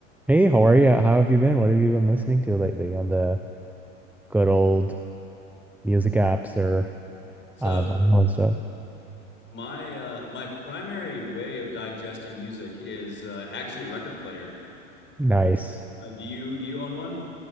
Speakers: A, in the centre; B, on the left (about 30°).
A: Hey, how are you? How have you been? What have you been listening to lately on the good old music apps or
B: So
A: uh, vinyl and stuff?
B: my uh, my primary way of digesting music is uh, actually a record player.
A: Nice.
B: Uh, do you do you own one?